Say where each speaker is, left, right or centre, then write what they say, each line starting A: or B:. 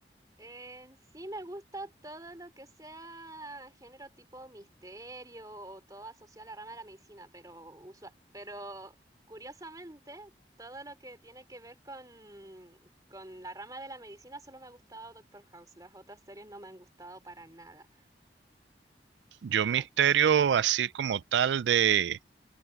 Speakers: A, on the right; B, on the right.
A: Eh, sí, me gusta todo lo que sea género tipo misterio o todo asociado a la rama de la medicina, pero usual, pero curiosamente, todo lo que tiene que ver con, con la rama de la medicina solo me ha gustado Doctor House, las otras series no me han gustado para nada.
B: Yo misterio
A: Entonces,
B: así como tal de,